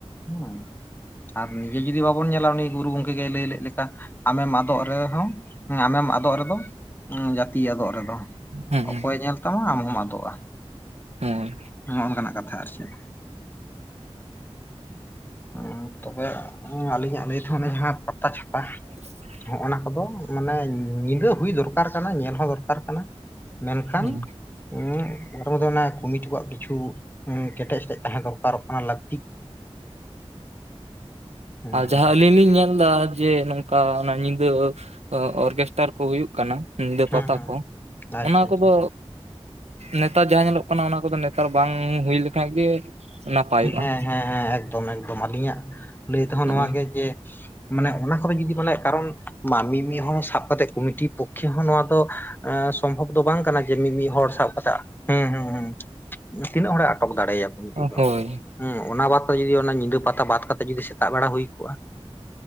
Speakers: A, on the left; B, on the right.
A: ᱦᱮᱸ ᱟᱨ ᱱᱤᱡᱮ ᱡᱩᱫᱤ ᱵᱟᱵᱚᱱ ᱧᱮᱞᱟ ᱩᱱᱤ ᱜᱩᱨᱩ ᱜᱚᱝᱠᱮ ᱜᱮ ᱞᱟᱹᱭ ᱞᱮᱫ ᱞᱮᱠᱟ ᱟᱢᱮᱢ ᱟᱫᱚᱜ ᱨᱮᱦᱚᱸ ᱟᱢᱮᱢ ᱟᱫᱚᱜ ᱨᱮᱫᱚ ᱡᱟᱹᱛᱤ ᱟᱫᱚᱜ ᱨᱮᱫᱚ
B: ᱦᱮᱸ
A: ᱚᱠᱚᱭ
B: ᱦᱮᱸ
A: ᱧᱮᱞ ᱛᱟᱢᱟ ᱟᱢ ᱦᱚᱢ ᱟᱫᱚᱜᱼᱟ
B: ᱦᱳᱭ
A: ᱱᱚᱜᱼ ᱱᱚᱝᱠᱟᱱᱟᱜ ᱠᱟᱛᱷᱟ ᱟᱨ ᱪᱮᱫ ᱦᱮᱸ ᱛᱚᱵᱮ ᱟᱹᱞᱤᱧᱟᱜ ᱞᱟᱹᱭ ᱛᱮᱫᱚ ᱡᱟᱦᱟᱸ ᱯᱟᱛᱟ ᱪᱷᱟᱛᱟ
B: <inaudible>
A: ᱦᱚᱜᱼ ᱱᱟ ᱠᱚᱫᱚ ᱢᱟᱱᱮ ᱧᱤᱫᱟᱹ ᱦᱩᱭ ᱫᱚᱨᱠᱟᱨ ᱠᱟᱱᱟ ᱧᱮᱞ ᱦᱚᱸ ᱫᱚᱨᱠᱟᱨ ᱠᱟᱱᱟ ᱢᱮᱱᱠᱷᱟᱱ
B: ᱦᱩᱸ᱾
A: <unintelligible> ᱚᱱᱟ ᱠᱚᱢᱤᱴᱤ ᱠᱚᱣᱟᱜ ᱠᱤᱪᱷᱩ ᱠᱮᱴᱮᱡ ᱥᱮᱴᱮᱡ ᱛᱟᱦᱮᱸ ᱫᱚᱨᱠᱟᱨᱚᱜ ᱠᱟᱱᱟ ᱞᱟᱹᱠ ᱦᱩᱸ
B: ᱟᱨ ᱡᱟᱦᱟᱸ
A: ᱦᱩᱸ
B: ᱟᱹᱞᱤᱧ ᱞᱤᱧ ᱧᱮᱞᱫᱟ ᱡᱮ ᱱᱚᱝ ᱠᱟ ᱚᱱᱟ ᱧᱤᱫᱟᱹ ᱚᱨᱠᱮᱥᱴᱟᱨ ᱠᱚ ᱦᱩᱭᱩᱜ ᱠᱟᱱᱟ ᱧᱤᱫᱟᱹ
A: ᱦᱩᱸ
B: ᱯᱟᱛᱟ
A: ᱦᱩᱸ
B: ᱠᱚ
A: ᱟᱪᱪᱷᱟ
B: ᱚᱱᱟ ᱠᱚᱫᱚ
A: ᱟᱪᱪᱷᱟ
B: ᱱᱮᱛᱟᱨ ᱡᱟᱦᱟᱸ ᱧᱮᱞᱚᱜ ᱠᱟᱱᱟ ᱚᱱᱟ ᱠᱚᱫᱚ ᱱᱮᱛᱟᱨ ᱵᱟᱝ ᱦᱩᱭ ᱞᱮᱠᱷᱟᱡ ᱜᱮ ᱱᱟᱯᱟᱭᱚᱜᱼᱟ
A: ᱦᱮᱸ ᱦᱮᱸ ᱦᱮᱸ ᱮᱠᱫᱚᱢ ᱮᱠᱫᱚᱢ ᱟᱞᱤᱧᱟᱜ ᱞᱟᱹᱭ ᱛᱮᱦᱚᱸ
B: ᱦᱚᱸᱜᱼᱚᱭ
A: ᱱᱚᱣᱟᱜ ᱜᱮ ᱡᱮ ᱢᱟᱱᱮ ᱚᱱᱟ ᱠᱚᱨᱮ ᱡᱩᱫᱤ ᱢᱟᱱᱮ ᱠᱟᱨᱚᱱ ᱢᱟᱢᱤ ᱢᱤᱫ ᱦᱚᱲ ᱥᱟᱵ ᱠᱟᱛᱮᱫ ᱠᱚᱢᱤᱴᱤ ᱯᱚᱠᱷᱮ ᱦᱚᱸ ᱱᱚᱣᱟ ᱫᱚ ᱥᱚᱢᱵᱷᱚᱵ ᱫᱚ ᱵᱟᱝ ᱠᱟᱱᱟ ᱡᱮ ᱢᱤᱢᱤᱫ ᱦᱚᱲ ᱥᱟᱵ ᱠᱟᱛᱮ ᱦᱮᱸ ᱦᱩᱸ ᱦᱩᱸ ᱛᱤᱱᱟᱹᱜ ᱦᱚᱲᱟᱜ ᱟᱴᱚᱠ ᱫᱟᱲᱮᱭᱟᱠᱚ ᱢᱤᱫᱤᱛ ᱫᱚ
B: ᱦᱳᱭ
A: ᱦᱩᱸ ᱚᱱᱟ ᱵᱟᱫ ᱛᱮ ᱡᱩᱫᱤ ᱚᱱᱟ ᱧᱤᱫᱟᱹ ᱯᱟᱛᱟ ᱵᱟᱫ ᱠᱟᱛᱮ ᱡᱩᱫᱤ ᱥᱮᱛᱟᱜ ᱵᱮᱲᱟ ᱦᱩᱭ ᱠᱚᱜᱼᱟ